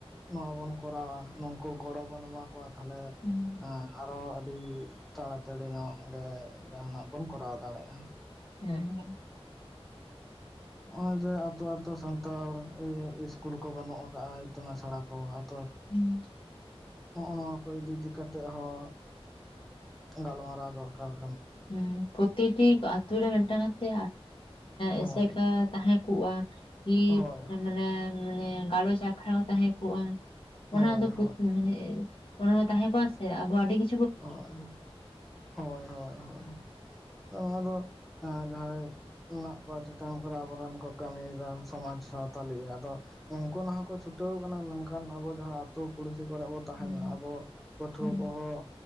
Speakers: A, in the centre; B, on the left (about 55°).
A: ᱱᱚᱣᱟ ᱵᱚᱱ ᱠᱚᱨᱟᱣᱟ ᱱᱩᱠᱩ ᱜᱚᱲᱚ ᱵᱚᱱ ᱮᱢᱟ ᱠᱚᱣᱟ᱾ ᱛᱟᱦᱚᱞᱮ
B: ᱦᱮᱸ
A: ᱟᱨᱚ ᱟᱹᱰᱤ ᱛᱟᱲᱟᱛᱟᱹᱲᱤ ᱧᱚᱜ ᱜᱮ ᱡᱟᱦᱟᱱᱟᱜ ᱵᱚᱱ ᱠᱚᱨᱟᱣ ᱫᱟᱲᱮᱭᱟᱜᱼᱟ᱾
B: ᱦᱮᱸ᱾
A: ᱱᱚᱜ-ᱚᱭ ᱡᱮ ᱟᱹᱛᱩ ᱟᱹᱛᱩ ᱥᱟᱱᱛᱟᱲ ᱤᱥᱠᱩᱞ ᱠᱚ ᱵᱟᱹᱱᱩᱜ ᱟᱠᱟᱫᱼᱟ ᱤᱛᱩᱱ ᱟᱥᱲᱟ ᱠᱚ ᱟᱹᱛᱩ
B: ᱦᱮᱸ
A: ᱱᱚᱜᱼᱚ ᱱᱚᱣᱟ ᱠᱚ ᱤᱫᱤ ᱤᱫᱤ ᱠᱟᱛᱮᱜ ᱦᱚᱸ᱾ ᱜᱟᱞᱢᱟᱨᱟᱣ ᱫᱚᱨᱠᱟᱨ ᱠᱟᱱᱟ
B: ᱦᱩᱸ ᱯᱨᱚᱛᱴᱤ ᱟᱛᱳ ᱨᱮ ᱢᱤᱫᱴᱟᱝ ᱠᱟᱛᱮ
A: ᱦᱳᱭ
B: ᱮᱥᱮᱠᱟ ᱛᱟᱦᱮᱸ ᱠᱚᱜᱼᱟ ᱠᱤ
A: ᱦᱳᱭ
B: ᱢᱟᱱᱮ ᱢᱟᱱᱮ ᱜᱟᱞᱚᱪ ᱟᱠᱷᱲᱟ ᱦᱚᱸ ᱛᱟᱦᱮᱸ ᱠᱚᱜᱼᱟ ᱚᱱᱟ
A: ᱦᱳᱭ
B: ᱫᱚ
A: ᱦᱳᱭ
B: ᱢᱟᱱᱮ ᱚᱱᱟ ᱛᱟᱦᱮᱸ ᱠᱚ-ᱟ ᱥᱮ ᱟᱵᱚ ᱟᱹᱰᱤ ᱠᱤ
A: ᱦᱳᱭ ᱦᱳᱭ ᱦᱳᱭ ᱦᱳᱭ᱾ ᱱᱚᱣᱟ ᱫᱚᱸ ᱡᱟᱦᱟᱸᱭ ᱢᱮᱱᱟᱜ ᱠᱚᱣᱟ ᱪᱮᱛᱟᱱ ᱠᱚᱨᱮ ᱟᱵᱚᱨᱮᱱ ᱠᱚ ᱠᱟᱹᱢᱤᱭᱮᱫᱟ ᱥᱚᱢᱟᱡ ᱥᱟᱶᱛᱟ ᱞᱟᱹᱜᱤ᱾ ᱟᱫᱚ ᱩᱱᱠᱩ ᱚᱱᱟ ᱦᱚᱸᱠᱚ ᱪᱷᱩᱴᱟᱹᱣ ᱠᱟᱱᱟ ᱢᱮᱱᱠᱷᱟᱱ ᱟᱵᱚ ᱡᱟᱦᱟᱸ ᱟᱛᱳ ᱯᱩᱲᱥᱤ ᱠᱚᱨᱮ ᱵᱚ
B: ᱦᱩᱸ
A: ᱛᱟᱦᱮᱱᱟ ᱟᱵᱚ ᱯᱟᱹᱴᱷᱩᱣᱟᱹ
B: ᱦᱩᱸ
A: ᱠᱚᱦᱚᱸ